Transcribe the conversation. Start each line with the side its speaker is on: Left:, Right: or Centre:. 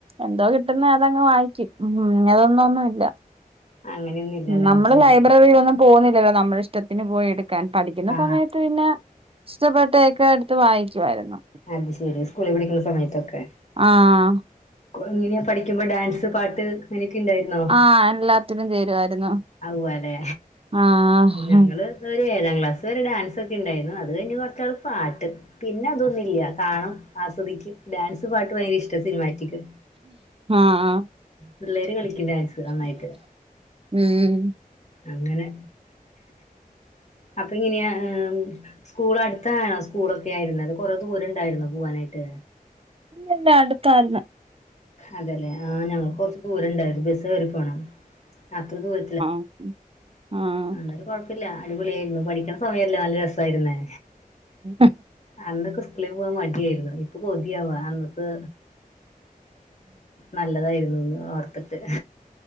Right: എന്തോ കിട്ടുന്ന അതങ്ങ് വായിക്കും ഉ ഇ അതൊന്നും ഒന്നുമ ഇല്ല
Left: അങ്ങനെയൊന്നുംല്ലല്ലേ
Right: നമ്മള്
Left: അത് ശരി
Right: ലൈബ്രറിയിലൊന്നും പോകുന്നില്ലല്ലോ നമ്മള ഇഷ്ടത്തിന് പോയി എടുക്കാൻ പഠിക്കുന്ന
Left: ആ
Right: സമയത്ത് പിന്നെ ഇഷ്ടപ്പെട്ടേക്കെ എടുത്ത് വാായിക്കുവായിരുന്നു
Left: അത് ശെരി സ്കൂളിൽ പിടിക്കുന്ന സമയത്തൊക്കെ
Right: ആഹ്
Left: ഇങ്ങനെയാ പഠിക്കുമ്പോ ഡാൻസ് പാട്ട് അങ്ങനൊക്കെ ഉണ്ടായിരുന്നോ
Right: ആ എല്ലാത്തിനും ചേരുവായിരുന്നു
Left: അ അല്ലെ
Right: ആഹ്
Left: ഞങ്ങള് ഒരു ഏഴാം ക്ലാസ് ഇ ഒരു ഡാൻസ ഒക്കെ ഉണ്ടായിരുന്നു അത് കഴിഞ് കുറച്ചു നാള് പാട്ട് പിന്നെ അതൊന്നുമില്ല കാണും ആസ്വദിക്കും ഡാൻസ് പാട്ട് ഭയങ്കര ഇഷ്ട സിനിമാറ്റിക്
Right: ആഹ്
Left: പിള്ളേര് കളിക്കും ഡാൻസ് നന്നായിട്ട്
Right: ഉം
Left: അങ്ങനെ അപ്പൊ ഇങ്ങനെയാ സ്കൂൾ അടുത്താണോ സ്കൂളൊക്കെ ആയിരുന്നത് കൊറെ ദൂരം ഉണ്ടായിരുന്നു പോവാനായിട്ട്
Right: ഇല്ലല്ല അടുത്തായിരുന്ന്
Left: അതെല്ലേ ആ ഞങ്ങക്ക് കുറച്ച് ദൂരംണ്ടായിരുന്നു ബസ് കയറി പോണം അത്ര ദൂര
Right: ആഹ് ആഹ്
Left: അന്നേരം കുഴപ്പില്ല അടിപൊളിയ ആയിരുന്നു പഠിക്കണ സമയല്ലേ നല്ല രസായിരുന്നേ
Right: ഉ
Left: അന്നൊക്കെ സ്കൂളിൽ പോകവാൻ മടിയായിരുന്നു ഇപ്പൊ മതിയാവാ അന്നത്തെ നല്ലതായിരുന്നുന്ന് ഓർത്തിട്ട്